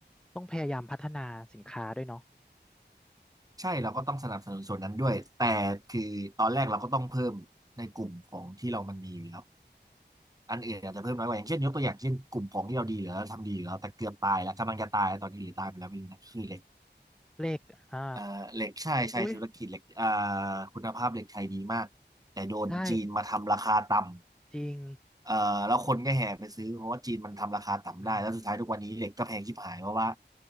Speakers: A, in the centre; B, on the right.
A: ต้องพยายามพัฒนาสินค้าด้วยเนาะ
B: ใช่เราก็ต้องสนับสนุนส่วนนั้นด้วยแต่คือตอนแรกเราก็ต้องเพิ่มในกลุ่มของที่เรามันมีอยู่แล้วอันอื่นอาจจะเพิ่มน้อยกว่าอย่างเช่นยกตัวอย่างเช่นกลุ่มของที่เราดีอยู่แล้วทำดีอยู่แล้วแต่เกือบตายแล้วกำลังจะตายตอนนี้หรือตายไปแล้วไม่รู้นะคือเหล็ก
A: เลขอ่า
B: เอ่อเหล็กใช่ใช่ธุรกิจเหล็กเอ่อ
A: อุ้ย
B: คุณภาพเหล็กไทยดีมากแต่โดนจีนมาทำราคาต่ำ
A: ใช่จริง
B: เอ่อแล้วคนก็แห่ไปซื้อเพราะว่าจีนมันทำราคาต่ำได้แล้วสุดท้ายทุกวันนี้เหล็กก็แพงชิบหายเพราะว่า
A: อืม